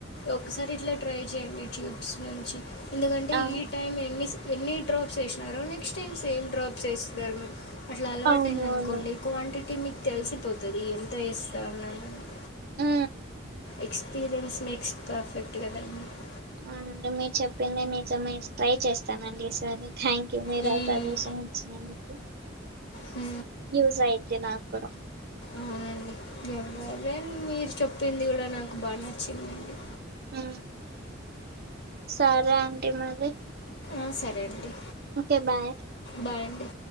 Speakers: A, on the left (about 55°); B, on the right (about 50°).
A: ఒకసారి ఇట్ల ట్రై చేయండి ట్యూబ్స్ నుంచి ఎందుకంటే
B: ఆ
A: ఈ టైం ఎన్ని ఎన్ని డ్రాప్స్ వేసినారో నెక్స్ట్ టైం సేమ్ డ్రాప్స్ <unintelligible> అట్ల అలవాటు
B: అవునవును
A: అయింది అనుకోండి క్వాంటిటీ మీకు తెలిసిపోతుంది ఎంత ఎస్త <unintelligible>
B: ఉ
A: ఎక్స్పీరియన్స్ మేక్స్ పర్ఫెక్ట్ కదం <unintelligible>
B: అవునండి మీరు చెప్పిందే నిజం ట్రై చేస్తానండి ఈసారి థ్యాంక్ యూ మీరు
A: మ్మ్.
B: ఆ సజెషన్ <unintelligible> ఆ మీకు
A: హు
B: యూస్ అయిది నాకు కూడా
A: అవునండి ఎవరే మీరు చెప్పింది కూడా నాకు బాగా నచ్చింధీ అండి
B: ఉ సరే ఆంటీ మరి
A: ఆ సరే అండి
B: ఓకే బాయ్
A: బాయ్ అండి